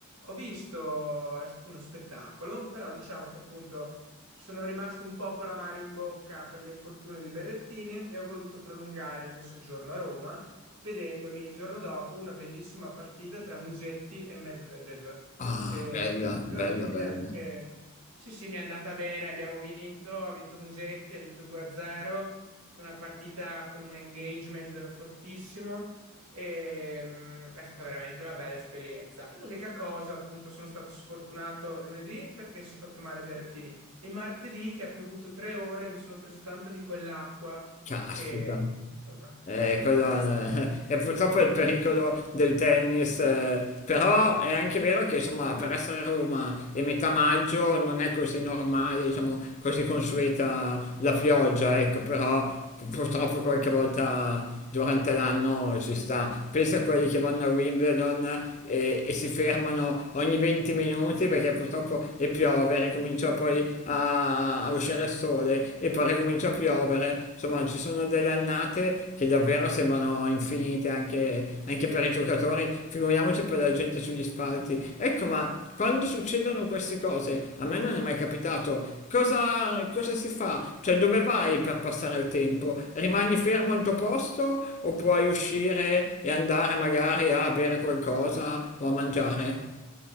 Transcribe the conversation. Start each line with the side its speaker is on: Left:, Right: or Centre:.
Right: Ho visto, è stato uno spettacolo, però diciamo che appunto sono rimasto un po' con l'amaro in bocca per l'infortunio di Berrettini e ho voluto prolungare il mio soggiorno a Roma, vedendomi il giorno dopo una bellissima partita tra Musetti e Medvedev.
Left: Ah,
Right: E
Left: bella,
Right: effettivamente
Left: bella, bella.
Right: anche... Sì, sì, mi è andata bene, abbiamo vinto, ha vinto Musetti, ha vinto 2-0 è stata una partita con un engagement fortissimo e mh, è stata veramente una bella esperienza. L'unica cosa, appunto, sono stato sfortunato lunedì perché si è fatto male Berrettini e martedì che ha piovuto tre ore mi sono preso tanta di quell'acqua
Left: Caspita.
Right: che, insomma,
Left: Eh,
Right: <laughs>
Left: quella- <laughs> è purtroppo il pericolo del tennis, eh, però è anche vero che insomma per essere a Roma e metà maggio non è così normale, diciamo così consueta la pioggia, ecco, però pu- purtroppo qualche volta durante l'anno ci sta. Pensa a quelli che vanno a Wimbledon e, e si fermano ogni 20 minuti perché purtroppo e piove, ricomincia poi a, a uscire il sole e poi ricomincia a piovere. Insomma, ci sono delle annate che davvero sembrano infinite anche, anche per i giocatori, figuriamoci per la gente sugli spalti. Ecco, ma quando succedono queste cose, a me non è mai capitato, cosa, cosa si fa? Cioè dove vai per passare il tempo? Rimani fermo al tuo posto o puoi uscire e andare magari a bere qualcosa o a mangiare?